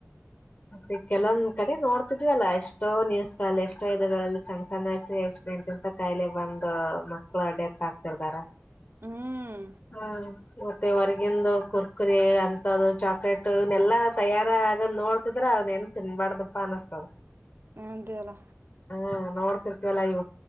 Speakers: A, on the left; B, on the right.
A: ಹತ್ತ <inaudible> ಕೆಲವೊಂದ್ ಕಡೆ ನೋಡ್ತಿದ್ವಿ ಅಲ್ಲ ಎಷ್ಟೋ ನ್ಯೂಸ್ಗಳಲ್ಲಿ ಎಷ್ಟೋ ಗಳಲ್ಲಿ ಸಣ್ಣ ಸಣ್ಣ ವಯಸ್ಸಿಗೇ ಎಷ್ಟಂತಂತ ಕಲೆ ಬಂದ್ ಮಕ್ಳ ಡೆತ್ ಆಗ್ತಿರ್ದಾರ
B: ಹ್ಮ್
A: ಹಾ ಮತ್ತೆ ಹೊರ್ಗಿಂದು ಕುರ್ಕುರಿ ಅಂತ ಚಾಕ್ಲೇಟ ಯೇಲ್ಲಾ ತಯಾರ ಆಗದ್ ನೋಡ್ತಿದ್ರ ತಿನ್ಬಾರ್ದಪ್ಪ ಅನ್ನಸ್ತದ
B: ಅದೇ ಅಲ್ಲ
A: ಹ ನೋಡ್ತಿರ್ತವಲ್ಲ ಇವ